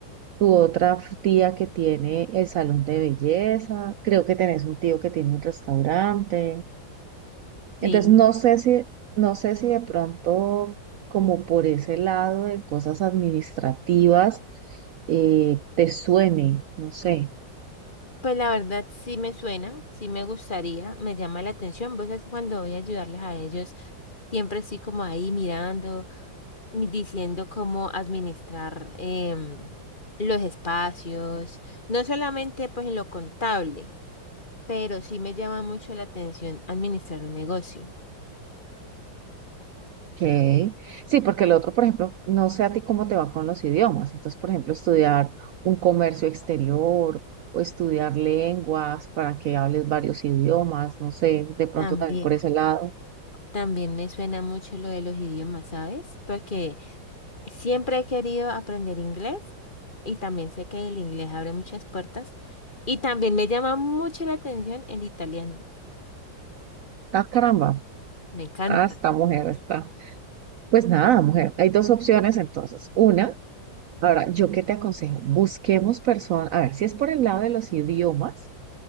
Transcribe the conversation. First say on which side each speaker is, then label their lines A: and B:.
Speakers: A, on the right; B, on the left.
A: tu otra f- tía que tiene el salón de belleza, creo que tenés un tío que tiene un restaurante.
B: sí.
A: Entonces, no sé si, no sé si de pronto, como por ese lado de cosas administrativas, eh, te suene, no sé.
B: Pues la verdad sí me suena, sí me gustaría, me llama la atención. Vos sabés que cuando voy a ayudarles a ellos, siempre así como ahí mirando, mi- diciendo cómo administrar em, los espacios, no solamente pues en lo contable, pero sí me llama mucho la atención administrar un negocio
A: Ok. Sí, porque el otro, por ejemplo, no sé a ti cómo te va con los idiomas. Entonces, por ejemplo, estudiar un comercio exterior o estudiar lenguas para que hables varios idiomas, no sé, de pronto
B: también.
A: también por ese lado.
B: También me suena mucho lo de los idiomas, ¿sabes? Porque siempre he querido aprender inglés y también sé que el inglés abre muchas puertas y también me llama mucho la atención el italiano.
A: Ah, caramba.
B: Me encanta.
A: Ah, esta mujer está. Pues nada, mujer. Hay dos opciones entonces. Una, ahora, ¿yo qué te aconsejo? Busquemos personas, a ver, si es por el lado de los idiomas,